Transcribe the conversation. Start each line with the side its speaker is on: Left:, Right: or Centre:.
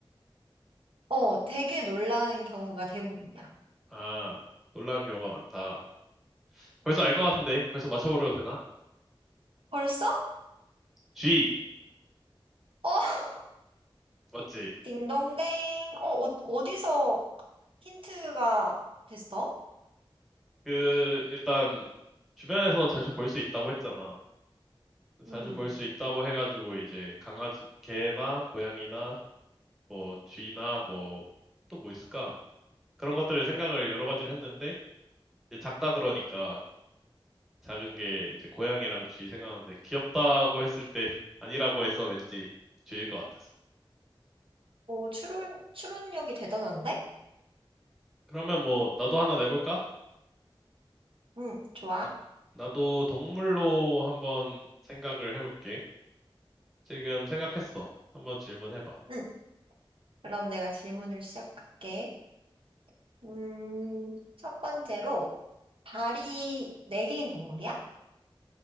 Right: 어, 되게 놀라는 경우가 대부분이야.
Centre: 아, 놀라는 경우가 많다. 벌써 알 것 같은데? 벌써 맞춰버려도 되나?
Right: 벌써?
Centre: G,
Right: 어, <laughs>
Centre: 맞지?
Right: 딩동댕. 어, 어, 어디서 힌트가 됐어?
Centre: 그, 일단, 주변에서 자주 볼 수 있다고 했잖아. 자주
Right: 음,
Centre: 볼 수 있다고 해가지고 이제 강아지, 개나 고양이나 뭐 쥐나 뭐 또 뭐 있을까? 그런 것들을 생각을 여러 가지를 했는데 이제 작다 그러니까 작은 게 이제 고양이랑 쥐 생각하는데 귀엽다고 했을 때 <laughs> 아니라고 해서 왠지 쥐일 것 같았어.
Right: 오, 추론, 추론력이 대단한데?
Centre: 그러면 뭐 나도 하나 내볼까?
Right: 응, 좋아.
Centre: 나, 나도 동물로 한번 생각을 해볼게. 지금 생각했어. 한번 질문해봐.
Right: 응. 그럼 내가 질문을 시작할게. 음, 첫 번째로, 발이 네 개인 동물이야?